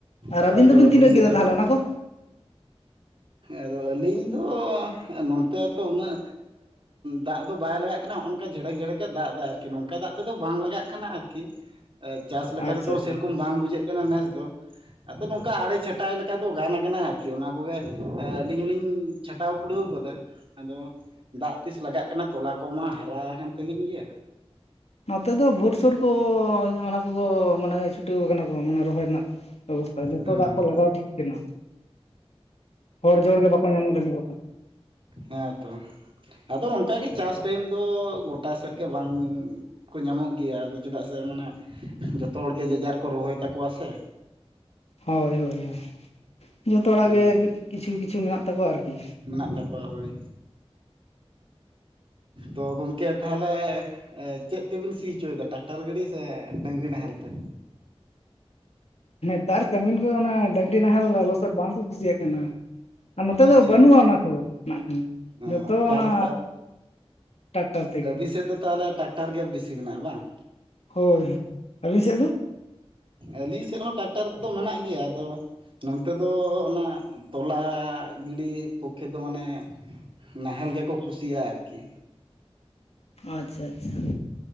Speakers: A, on the left (about 80°); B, on the right (about 55°).
A: ᱟᱨ
B: ᱛᱚ ᱟᱫᱚ
A: ᱫᱚᱵᱤᱱ
B: ᱟᱹᱵᱤᱱ
A: ᱛᱤᱱᱟᱹᱜ
B: ᱥᱮᱫ
A: ᱠᱮᱫᱟ
B: ᱫᱚ
A: ᱛᱟᱦᱚᱞᱮ ᱚᱱᱟ ᱠᱚ
B: ᱟᱫᱚ ᱟᱹᱞᱤᱧ ᱫᱚ ᱱᱚᱱᱛᱮ ᱛᱚ ᱩᱱᱟᱹᱜ ᱫᱟᱜ ᱫᱚ ᱵᱟᱭ ᱞᱟᱜᱟᱜ ᱠᱟᱱᱟ᱾ ᱦᱚᱜ-ᱚ ᱱᱚᱝᱠᱟ ᱡᱷᱮᱲᱮᱠ ᱡᱷᱮᱲᱮᱠᱮ ᱫᱟᱜ ᱮᱫᱟ ᱟᱨᱠᱤ ᱱᱚᱝᱠᱟ ᱫᱟᱜ ᱛᱮᱫᱚ ᱵᱟᱝ ᱞᱟᱜᱟᱜ ᱠᱟᱱᱟ ᱟᱨᱠᱤ᱾ ᱪᱟᱥ ᱞᱮᱠᱟ
A: ᱟᱪᱪᱷᱟ
B: ᱛᱮᱫᱚ
A: ᱟᱪᱪᱷᱟ
B: ᱥᱮᱨᱚᱠᱚᱢ ᱵᱟᱝ ᱵᱩᱡᱷᱟᱹᱜ ᱠᱟᱱᱟ ᱱᱮᱥ ᱫᱚ᱾ ᱟᱫᱚ ᱱᱚᱝᱠᱟ ᱟᱲᱮ ᱪᱷᱟᱴᱟᱭ ᱞᱮᱠᱟ ᱛᱚ ᱜᱟᱱ ᱟᱠᱟᱱᱟ ᱟᱨᱠᱤ ᱚᱱᱟ ᱠᱚᱜᱮ ᱟᱹᱞᱤᱧ ᱦᱚᱞᱤᱧ ᱪᱷᱟᱴᱟᱣ ᱠᱩᱲᱟᱹᱣ ᱟᱠᱟᱫᱟ᱾ ᱟᱫᱚ ᱫᱟᱜ ᱛᱤᱥ ᱞᱟᱜᱟᱜ ᱠᱟᱱᱟ ᱛᱚᱞᱟ ᱠᱚᱢᱟ ᱦᱟᱨᱟ ᱟᱠᱟᱱ ᱛᱟᱹᱞᱤᱧ ᱜᱮᱭᱟ᱾
A: ᱱᱚᱛᱮ ᱫᱚ ᱵᱷᱳᱨᱥᱳᱨ ᱠᱚ ᱚᱱᱟ ᱠᱚᱠᱚ ᱢᱟᱱᱮ ᱪᱷᱴᱟᱹᱣ ᱠᱟᱱᱟ ᱠᱚ ᱢᱟᱱᱮ ᱨᱚᱦᱚᱭ ᱨᱮᱱᱟᱜ ᱵᱮᱵᱚᱥᱛᱷᱟ ᱡᱷᱚᱛᱚ
B: ᱦᱮᱸ
A: ᱫᱟᱜ ᱠᱚ ᱞᱟᱜᱟᱣ ᱴᱷᱤᱠ ᱠᱟᱱᱟ᱾ ᱦᱚᱲ ᱡᱳᱚᱲ ᱜᱮ ᱵᱟᱠᱚ ᱧᱟᱢᱚᱜ ᱞᱟᱹᱜᱤᱫᱚᱜ ᱠᱟᱱᱟ
B: ᱦᱮᱸᱛᱚ᱾ ᱟᱫᱚ ᱚᱱᱠᱟ ᱜᱮ ᱪᱟᱥ ᱴᱟᱭᱤᱢ ᱫᱚ ᱜᱚᱴᱟ ᱥᱮᱫ ᱜᱮ ᱵᱟᱝ ᱠᱚ ᱧᱟᱢᱚᱜ ᱜᱮᱭᱟ ᱟᱫᱚ ᱪᱮᱫᱟᱜ ᱥᱮ ᱢᱟᱱᱮ ᱡᱚᱛᱚ ᱦᱚᱲᱜᱮ ᱡᱮᱡᱟᱨ ᱠᱚ ᱨᱚᱦᱚᱭ ᱛᱟᱠᱚᱣᱟ ᱥᱮ᱾
A: ᱦᱳᱭ ᱦᱳᱭ ᱦᱳᱭ ᱡᱚᱛᱚ ᱦᱚᱲᱟᱜ
B: ᱦᱩᱸ
A: ᱜᱮ ᱠᱤᱪᱷᱩ ᱠᱤᱪᱷᱩ ᱢᱮᱱᱟᱜ ᱛᱟᱠᱚᱣᱟ ᱟᱨᱠᱤ᱾
B: ᱢᱮᱱᱟᱜ ᱛᱟᱠᱚᱣᱟ ᱦᱳᱭ᱾ ᱛᱚ ᱜᱚᱝᱠᱮ ᱛᱟᱦᱚᱞᱮ ᱪᱮᱫ ᱛᱮᱵᱤᱱ ᱥᱤ ᱦᱚᱪᱚᱭᱮᱫᱟ ᱴᱨᱟᱠᱴᱟᱨ ᱜᱟᱲᱤ ᱥᱮ ᱰᱟᱹᱝᱨᱤ ᱱᱟᱦᱮᱞ ᱛᱮ?
A: ᱱᱮᱸᱛᱟᱨ ᱠᱟᱹᱢᱤᱱ ᱠᱚ ᱚᱱᱟ ᱰᱟᱹᱝᱨᱤ ᱱᱟᱦᱮᱞ ᱞᱚᱥᱚᱫ ᱵᱟᱝᱠᱚ ᱠᱩᱥᱤᱭᱟᱜ ᱠᱟᱱᱟ᱾ ᱟᱨ ᱱᱚᱛᱮ
B: ᱟᱪᱪᱷᱟ
A: ᱫᱚ ᱵᱟᱹᱱᱩᱜᱼᱟ ᱚᱱᱟ ᱠᱚ ᱱᱟᱜ ᱠᱷᱟᱱ᱾
B: ᱚ
A: ᱡᱚᱛᱚ
B: ᱛᱟᱦᱚᱞᱮ
A: ᱚᱱᱟ ᱴᱟᱠᱴᱟᱨ ᱛᱮᱜᱮ
B: ᱟᱹᱵᱤᱱ ᱥᱮᱫ ᱫᱚ ᱛᱟᱦᱚᱞᱮ ᱴᱨᱟᱠᱴᱟᱨ ᱜᱮ ᱵᱮᱥᱤ ᱢᱮᱱᱟᱜᱼᱟ ᱵᱟᱝ?
A: ᱦᱳᱭ ᱟᱹᱵᱤᱱ ᱥᱮᱫ ᱫᱚ?
B: ᱟᱹᱞᱤᱧ ᱥᱮᱫ ᱦᱚᱸ ᱴᱨᱟᱠᱴᱟᱨ ᱫᱚ ᱢᱮᱱᱟᱜ ᱜᱮᱭᱟ ᱟᱫᱚ ᱱᱚᱱᱛᱮ ᱫᱚ ᱚᱱᱟ ᱛᱚᱞᱟ ᱜᱤᱰᱤ ᱯᱚᱠᱠᱷᱮ ᱫᱚ ᱢᱟᱱᱮ ᱱᱟᱦᱮᱞ ᱜᱮᱠᱚ ᱠᱩᱥᱤᱭᱟᱜᱼᱟ ᱟᱨᱠᱤ᱾
A: ᱟᱪᱪᱷᱟ ᱟᱪᱪᱷᱟ᱾